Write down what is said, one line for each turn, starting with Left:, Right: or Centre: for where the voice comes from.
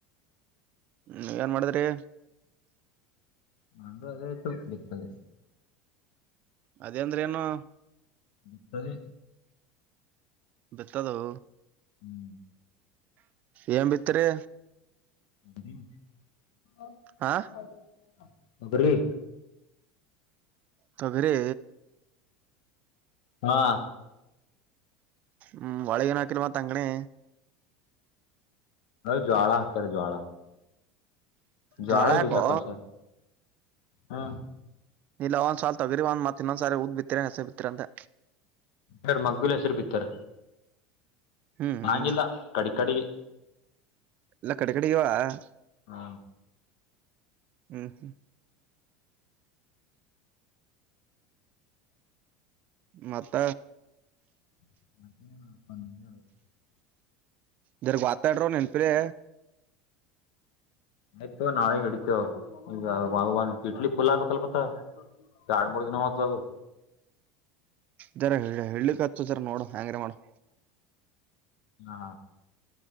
Right: ಹ್ಮ್ ಏನ್ ಮಾಡಿದ್ರಿ
Left: ನಂದು ಅದೆ ಆಯ್ತು ಬಿಪ್ಪದೆ
Right: ಅದೇ ಅಂದ್ರೆ ಏನು
Left: ತ್ತಲ್ಲಿ
Right: ಬೆತ್ತದವು
Left: ಹ್ಮ್
Right: ಏನ್ ಬಿತ್ತರಿ
Left: ಹ <unintelligible>
Right: ಹಾ
Left: ಒಬರೀ
Right: ತೊಗರೀ
Left: ಹಾ
Right: ಹ್ಮ್ ಒಳಗನ್ ಹಾಕಿನ ಮತ್ತ ಅಂಗಣೇ
Left: ಜ್ವಾಳ ಹಕಾರೆ ಜ್ವಾಳ ಜ್ವಾಳದ
Right: ಜ್ವಾಳ ಯಾಕೋ
Left: ಬೀಜ ಕಲ್ಸಕ್ ಹಾ
Right: ಇಲ್ಲ ಒಂದ್ವಲ್ ತಗರಿ ಒಂದ್ತ್ ಇನ್ನಂದ ಸಾರಿ ಊದ್ ಬಿತ್ತಿರಾ ಹಸ ಬಿತ್ತೀರಾ ಅಂತ
Left: ಎರಡು ಮಗ್ಗಲ ಹೆಸರು ಬಿತ್ತಾರ
Right: ಹ್ಮ್ ಹ್ಮ್
Left: ಹಂಗಿಲ್ಲ ಕಡಿ ಕಡೆಗೆ
Right: ಎಲ್ಲ ಕಡೆ ಕಡೆ ಆಗೇವ್
Left: ಹಾ
Right: ಹ್ಮ್ ಹ್ಮ್ ಮತ್ತ
Left: ಮಂದ
Right: ದರ ಗೊತಾಡರ ನೆನ್ಪಿರೇ
Left: ಆಯ್ತು ನಾಳೆ ಹಿಡಿತೇವ ಈಗ ಒ ಒಂದ ಇಡ್ಲಿ ಫುಲ್ ಆಬೇಕಲ್ ಮತ್ತ ಎಡ ಮೂರು ದಿನ ಹೋತದ ಅದು
Right: ಇದರ ಹಳಕ್ ಹತದರ ನೋಡು ಹಂಗಾರ ಮಾಡು
Left: ಹಾ